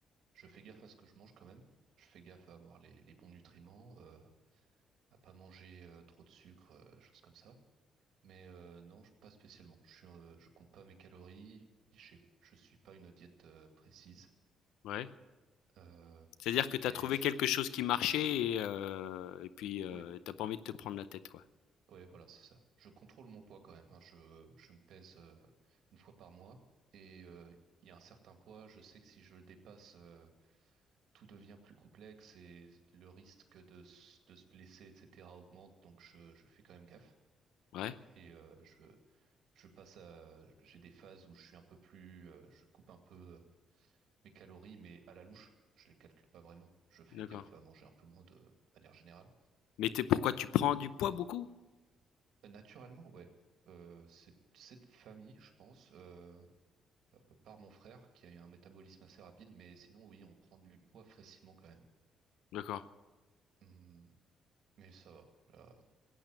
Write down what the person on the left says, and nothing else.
Ouais.
C'est-à-dire que tu
as trouvé
quelque chose qui marchait et, euh, et puis euh,
t'as pas envie de te prendre la tête, quoi.
Ouais,
d'accord.
Mais t'es- pourquoi tu prends du poids beaucoup?
D'accord.